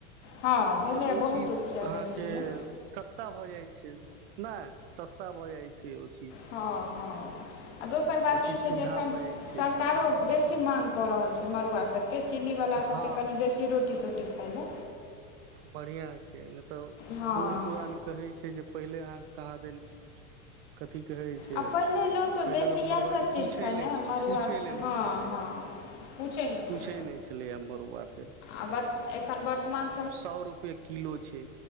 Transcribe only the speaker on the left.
हँ भेलैए
बहुत
उपजा
भेल छलै
हँ हँ आ दोसर बात
ई छै
जे एखन
सरकारो बेसी माँग कऽ रहल छै मड़ुआ सब के चीनीवला सभके
कनि बेसी रोटी तोटी खाय लए
हँ
आ पहिले लोक
बेसी
इएहसभ
चीज
खाय
ने
मड़ुआ
हँ
हँ पूछै न छै
आ एखन वर्तमान